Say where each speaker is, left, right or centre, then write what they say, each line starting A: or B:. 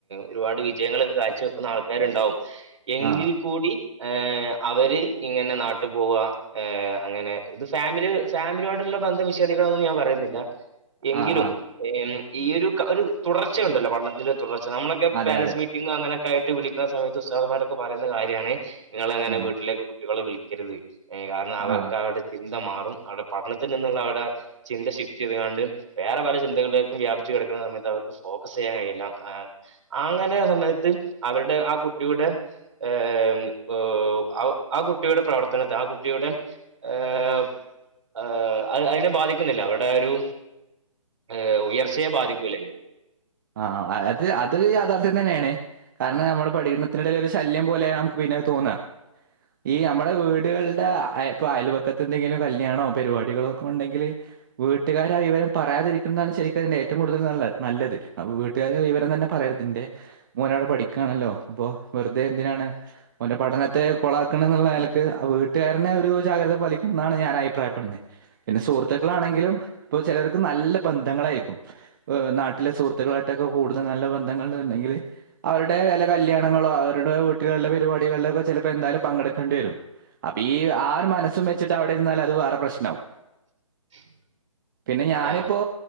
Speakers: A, on the right; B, on the right.
A: ഒരുപാട് വിജയങ്ങളൊക്കെ കാഴ്ച വെക്കുന്ന ആൾക്കാരൊക്കെണ്ടാവും എങ്കിൽ
B: ആ
A: കൂടി എഹ് അവര് ഇങ്ങനെ നാട്ടു പോവ എഹ് അങ്ങനെ ഇത് ഫാമിലി ഫാമിലിയോടുള്ള ബന്ധം നിഷേദിക്കണം നൊന്നും ഞാൻ പറയുന്നില്ല എങ്കിലും
B: ആ ആ
A: ഈ ഒരു ക ഒരു തുടർച്ചയ ഉണ്ടല്ലോ പഠണത്തിന്റെ തുടർച്ച നമ്മളൊക്കെ
B: അതെ
A: പോരന്റ്സ്
B: അതെ
A: മീറ്റിംഗ അങ്ങനൊക്കെ ആയിട്ട് കു വിളിക്കണ സമയത്ത് ഉസ്താദ് മാരൊക്കെ പറയുന്ന കാര്യാണ് നിങ്ങ അങ്ങനെ
B: ആ
A: വീട്ടിലേക്ക് കുട്ടികളെ വിളിക്കരുത് ഏയ് കാരണം അവർക്ക്
B: ആ
A: അവരുടെ ചിന്ത മാറും അവവിടെ പഠനത്തിൽ നിന്നുള്ള അവരുടെ ചിന്ത ഷിഫ്റ്റ് ചെയ്താണ്ട് വേറെ പല ചിന്തകളിലേക്കും വ്യാപിച്ച് കെടക്കുന്ന സമയത്ത് അവർക്ക് ഫോക്കസ് ചെയ്യാൻ കഴിയില്ല ഏ അങ്ങനെ സമയത്ത് അവരുടെ ആ കുട്ടിയുടെ ഏഹ് ആഹ് ഔ ആ കുട്ടിയുടെ പ്രവർത്തനത്തെ ആ കുട്ടിയുടെ എഹ് ആഹ് അയ്നെ അയ്നെ ബാധിക്കുന്നില്ല അവിടെ ഒരു ഹ് ഉയർച്ചയെ ബാധിക്കൂല അ
B: ആഹ് അത് അത് രു യാഥാർത്ഥ്യം തന്നെയാണ് കാരണം നമ്മള് പഠനത്തിടയിൽ ഒരു ശല്യം പോലെയാണ് നമുക്ക് പിന്നെ ആ തോന്നാ ഈ അമ്മളെ വീടുകളുടെ അയ് ഇപ്പൊ അയലുപക്കത്ത് ന്തെങ്കിലും കല്യാണോ പരിപാടികളോ ക്കെ ഉണ്ടെങ്കിൽ വീട്ടുകാരാ വിവരം പറയാതിരിക്കുന്നതാണ് ശരി ഏറ്റവും കൂടുതൽ നല്ല നല്ലത് വീട്ടുകാരു വിവരം തന്നെ പറയരുത് ന്റെ മോനവിടെ പഠിക്കാണല്ലോ അപ്പൊ വെറുതെ എന്തിനാണ് അവന്റെ പഠനത്തെ കൊളക്കണെ ന്നുള്ള നിലക്ക് ആ വീട്ടുകാരന്നെ ഒരു ജാഗ്രത പാലിക്കണം ന്നാണ് ഞാൻ അഭിപ്രായപ്പെടുന്നെ പിന്നെ സുഹൃത്തുക്കളാണെങ്കിലും പ്പൊ ചിലർക്ക് നല്ല ബന്ധങ്ങളായിരിക്കും ഹ് നാട്ടിലെ സുഹൃത്തുക്കളായിട്ടൊക്കെ കൂടുതൽ നല്ല ബന്ധങ്ങളണ്ടെങ്കിൽ അവരുടേ വെല്ല്യ കല്യാണങ്ങളോ അവരുടെ വീട്ടികളിലെ പരിപാടികളിലൊ ഒക്കെ ചിലപ്പോ എന്തായാലും പങ്കെടുക്കേണ്ടി വരും അപ്പൊ ഈ ആ ഒരു മനസ്സും വെച്ചിട്ട് അവിടെരുന്നാലും അത് വേറെ പ്രശ്നാവും
A: <inaudible>
B: പിന്നെ ഞാനിപ്പോ
A: ആ